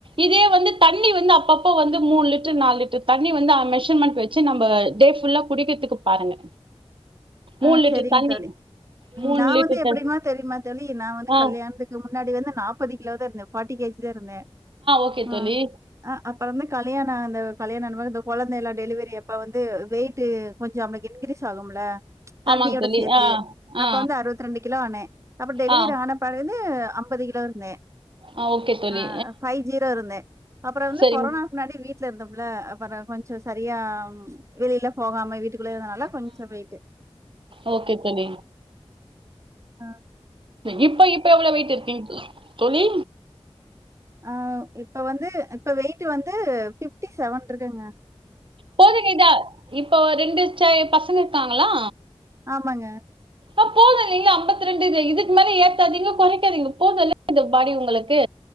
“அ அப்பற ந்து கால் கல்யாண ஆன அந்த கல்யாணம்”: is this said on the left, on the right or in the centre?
Right